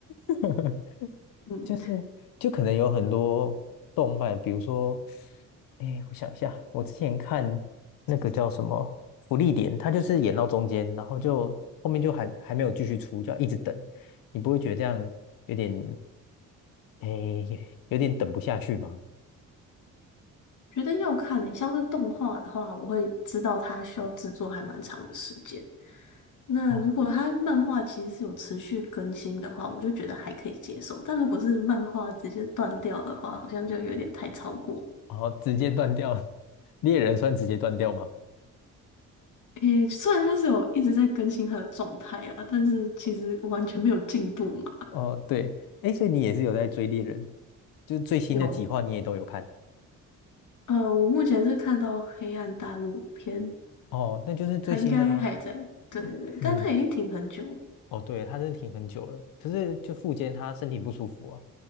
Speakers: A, on the left; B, on the left.
A: <laughs>
B: 嗯。
A: 就是就可能有很多动漫，比如说，哎，我想一下，我之前看那个叫什么《福利点》，它就是演到中间，然后就后面就还还没有继续出，就要一直等，你不会觉得这样有点，哎，有点等不下去吗？
B: 觉得要看诶、像是动画的话，我会知道它需要制作还蛮长的时间。那如果它漫画其实是有持续更新的话，
A: 哦，
B: 我就觉得还可以接受。但如果是漫画直接断掉的话，好像就有点太超过。
A: 哦，直接断掉，<laughs> 猎人算直接断掉吗？
B: 诶、虽然它是有一直在更新它的状态啦，但是其实完全没有进步嘛。
A: 哦，对，哎，所以你也是有在追猎人，就是最新的几话你也都有看，
B: 有，呃，我目前是看到《黑暗大陆》篇，
A: 哦，那就是最新的啦。
B: 它应该还在。对对对，
A: 嗯。
B: 但它已经停很久了。
A: 哦，对，他真的挺很久了，可是就复健他身体不舒服啊，